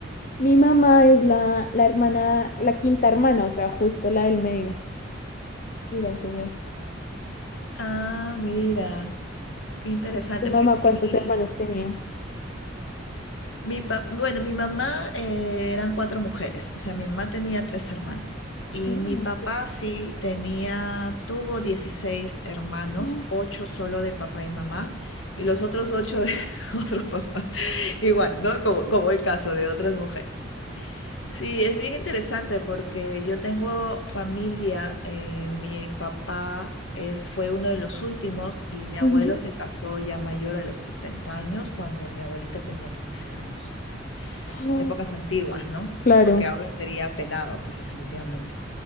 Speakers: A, on the left (about 45°); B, on the left (about 75°).
A: mi mamá es la, la hermana, la quinta hermana, o sea, justo la del medio, igual que yo.
B: Ah, mira, qué interesante.
A: Entonces, ¿tu mamá
B: Mi, mi-
A: cuántos hermanos tenía?
B: Mi pa- bueno, mi mamá eh, eran cuatro mujeres, o sea, mi mamá tenía tres hermanas y
A: Mm,
B: mi papá sí tenía, tuvo 16 hermanos,
A: ujú.
B: ocho solo de papá y mamá y los otros ocho de <laughs> otro papá, igual, ¿no? Como, como el caso de otras mujeres. Sí, es bien interesante porque yo tengo familia, eh, mi papá eh, fue uno de los últimos y mi abuelo
A: Ujú.
B: se casó ya mayor a los 70 años cuando mi abuelita tenía 15 años, o sea,
A: Ah,
B: Épocas antiguas, ¿no?
A: Claro.
B: Porque ahora sería penado, pues definitivamente.